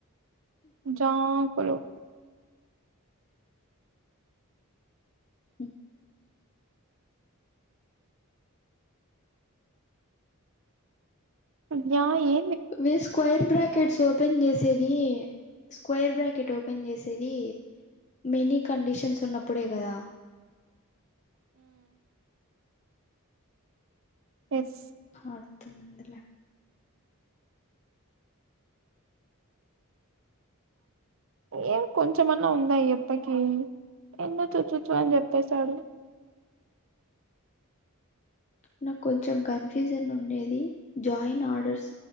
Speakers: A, on the right; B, on the left.
A: జాంకులు
B: మ్మ్
A: సంధ్య ఏ
B: వే స్క్వైర్ బ్రాకెట్స్ ఓపెన్ చేస్ సేది స్క్వేర్ బ్రాకెట్ ఓపెన్ చేసేది మెనీ కండిషన్స్ ఉన్నప్పుడే కదా
A: ఎస్
B: అర్తు మంటల
A: ఏం కొంచమన్నా ఉందా ఈయప్పకి ఏందో చు చు చ్చు అని చెప్పేశాడు
B: నాకు కొంచెం కన్ఫ్యూజన్ ఉండేది జాయిన్ ఆర్డర్స్